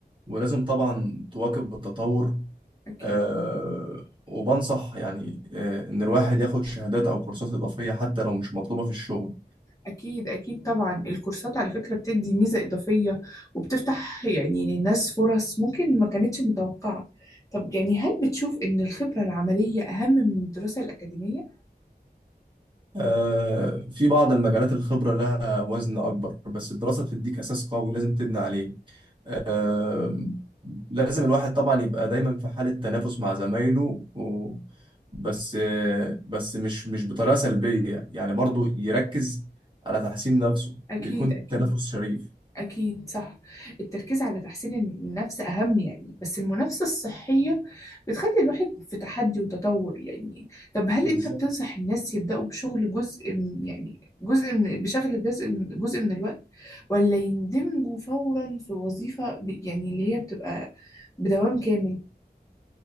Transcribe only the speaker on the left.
أكيد
أكيد أكيد طبعا الكورسات على فكرة بتدي ميزة إضافية وبتفتح يعني للناس فرص ممكن ما كانتش متوقعة طب يعني هل بتشوف إن الخبرة العملية أهم من الدراسة الأكاديمية؟
أكيد
أكيد
أكيد صح التركيز على تحسين النفس أهم يعني بس المنافسة الصحية بتخلي الواحد في تحدي وتطور يعني طب هل
أنت بتنصح الناس يبدأوا بشغل جزء من- يعني جزء من بشغل جزء من جزء من الوقت ولا يندمجوا فورا في وظيفة ب- يعني اللي هي بتبقى بدوام كامل؟